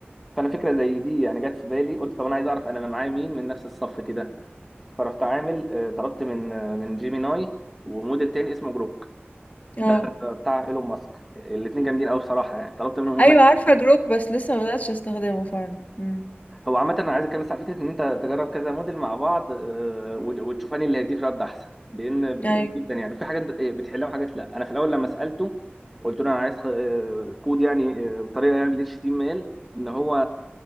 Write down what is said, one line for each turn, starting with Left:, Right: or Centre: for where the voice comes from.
Centre: فانا فكره زي دي يعني جت في بالي قلت طب انا عايز اعرف انا معايا مين من نفس الصف كده فرحت عامل آه، طلبت من آه، من جيميناي وموديل تاني اسمه جروك
Left: اه
Centre: ده بتاع ايلون ماسك الاثنين جامدين قوي بصراحه يعني طلبت منهم هما
Left: ايوه
Centre: الاتنين.
Left: عارفه جروك بس لسه ما بداتش استخدمه فعلا امم
Centre: هو عامه انا عايز اتكلم بس على فكره ان انت تجرب كذا موديل مع بعض آه، وت- وتشوف انهي اللي هيديك رد احسن لان بتفرق
Left: <laughs> ايوه
Centre: جدا يعني في حاجات آه، بتحلها وحاجات لا انا في الاول لما سالته قلت له انا عايز خ- آه، كود يعني آه، بطريقه يعني اتش تي ام ال HTML ان هو